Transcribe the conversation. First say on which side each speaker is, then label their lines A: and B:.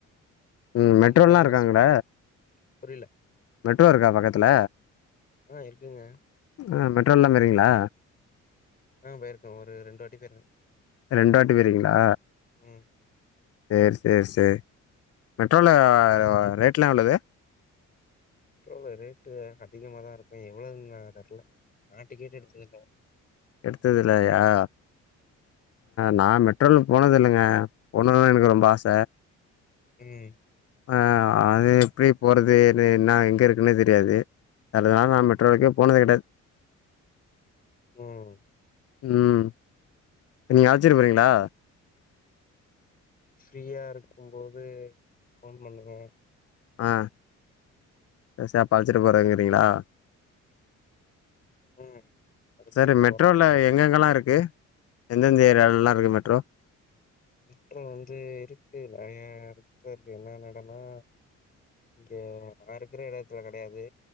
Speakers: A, on the left; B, on the left.
A: ம்
B: சென்ட்
A: மெட்ரோல்லா
B: தாமஸ்
A: இருக்கா அங்கட
B: மவுண்ட் புரில
A: மெட்ரோ இருக்கா பக்கத்துல
B: ஆ இருக்குங்க
A: ஆ மெட்ரோல்லா போயிருக்கீங்ளா
B: ஆ போயிருக்க ஒரு ரெண்டு வாட்டி போயிருக்க
A: ரெண்டு வாட்டி போய்ருகிங்களா
B: ம்
A: சேர் சேர்சேர் மெட்ரோல ரேட்லா எவ்ளவு
B: மெட்ரோல ரேட்டு அதிகமா தா இருக்கு எவ்ளவுன்னு நா தெர்ல நா டிக்கெட் எடுத்ததுல்ல
A: எடுத்ததுல்லையா நா மெட்ரோல போனது இல்லங்க போணுன்னு எனக்கு ரொம்ப ஆச
B: ம்
A: அ அது எப்டி போறது எது என்ன எங்க இருக்குன்னே தெரியாது அதனால நா
B: ம்
A: மெட்ரோக்கே போனது கெடையாது
B: ம்
A: ம் நீங்க அலச்சிட்டு போறீங்களா
B: ஃப்ரீயா இருக்கும் போது ஃபோன் பண்ணுங்க
A: ஆ பெஸ்சாப் அல்ச்சிட்டு போறீங்கிறீங்ளா
B: ம் அடிச்சிட்டு
A: செரி மெட்ரோல்ல
B: போறேன்
A: எங்கெங்கல்லா இருக்கு எந்தெந்த ஏரியாயெல்லல்லா இருக்கு மெட்ரோ
B: மெட்ரோ வந்து இருக்கு நெறையா எடத்ல இருக்கு என்னென்ன எடனா இங்க நா இருக்கிற எடத்துல கெடையாது